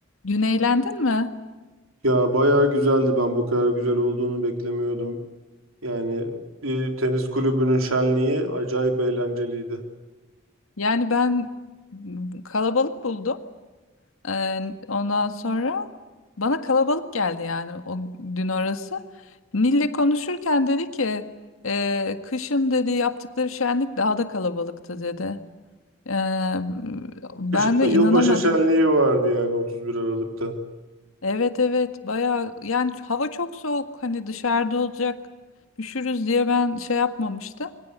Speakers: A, on the left; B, on the right.
A: Dün eğlendin mi?
B: Ya bayağı güzeldi. Ben bu kadar güzel olduğunu beklemiyordum. Yani bir tenis kulübünün şenliği acayip eğlenceliydi.
A: Yani ben m, kalabalık buldum. Ee, ondan sonra bana kalabalık geldi yani o dün orası. Nil'le konuşurken dedi ki "Ee, kışın dedi yaptıkları şenlik daha da kalabalıktı dedi. Ee, ben
B: Kışın da
A: de
B: yılbaşı
A: inanamadım.
B: şenliği vardı yani 31 Aralık'ta.
A: Evet evet bayağı yani hava çok soğuk hani dışarıda olacak üşürüz diye ben şey yapmamıştım.